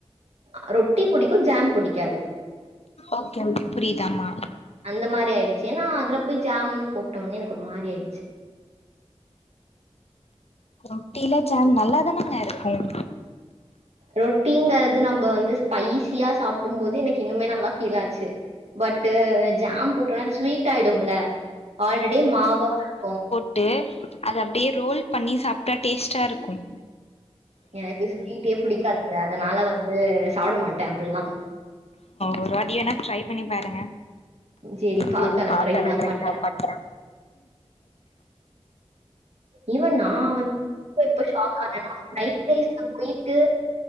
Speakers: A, on the right; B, on the left.
A: அ ரொட்டி புடிக்கு ஜாம் புடிக்காது
B: ஓகே ஓகே புரியுதாமா
A: அந்த மாரி ஆயிடுச்சு ஏன்னா அதுல போய் ஜாம் போட்டோன்னே எனக்கு ஒரு மாரி ஆயிடுச்சு
B: ரொட்டில ஜாம் நல்லாதானங்க இருக்கும்.
A: ரொட்டிங்கறது நம்ம வந்து ஸ்பைசியா சாப்டும் போது எனக்கு இன்னுமே நல்லா ஃபீல் ஆச்சு பட்டு ஜாம் போட்டோனா ஸ்வீட் ஆயிடுல ஆல்ரெடி மாவா இருக்கு
B: ட்டு அது அப்டியே ரோல் பண்ணி சாப்ட்டா டேஸ்டா இருக்கும்
A: எனக்கு ஸ்வீட்டே பிடிக்காதுங்க அதனால வந்து சாப்பட மாட்ட அப்பில்லா
B: ஒரு வாட்டி வேணா ட்ரை பண்ணி பாருங்க
A: சரி பார்க்கலாம்.
B: செரி பாக்கறே
A: தான்
B: ட்ரை
A: பண்றேன்.
B: தா பண்றே
A: ஈவன் நா வந்து எப்ப ஷாக் ஆனன்னா ஃபிரைட் ரைஸ்ல போயிட்டு